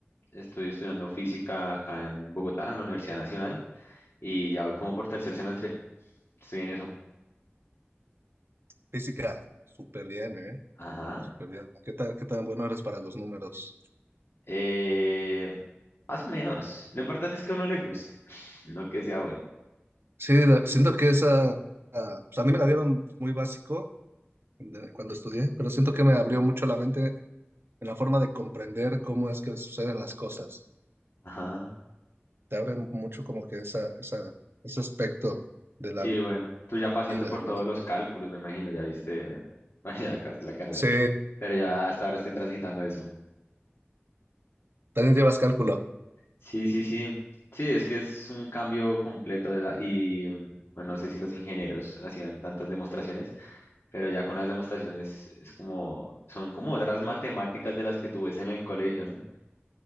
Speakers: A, on the left; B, on the right.
A: Estoy estudiando física acá en Bogotá, en la Universidad Nacional, y ya voy como por tercer semestre. Estoy en eso.
B: Física, súper bien, ¿eh?
A: Ajá.
B: Súper bien. ¿Qué tan, qué tan bueno eres para los números?
A: Eh, más o menos. Lo importante es que a uno le guste, <laughs> no que sea bueno.
B: Sí, la- siento que esa, ah, pues a mí me la dieron muy básico de- cuando estudié, pero siento que me abrió mucho la mente en la forma de comprender cómo es que suceden las cosas.
A: Ajá.
B: Te abre mucho como que esa, esa, ese aspecto de la
A: Sí,
B: vi-
A: bueno. Tú ya pasaste
B: vida,
A: por todos
B: ¿no?
A: los cálculos, me imagino, ya viste, <laughs> ya acabaste la carrera.
B: Sí,
A: Pero ya hasta ahora estoy transitando eso.
B: también llevas cálculo.
A: Sí, sí, sí. Sí, es que es un cambio completo de la- y mm, bueno, no sé si los ingenieros hacían tantas demostraciones, pero ya con las demostraciones es como, son como otras matemáticas de las que tú ves en el colegio, ¿no?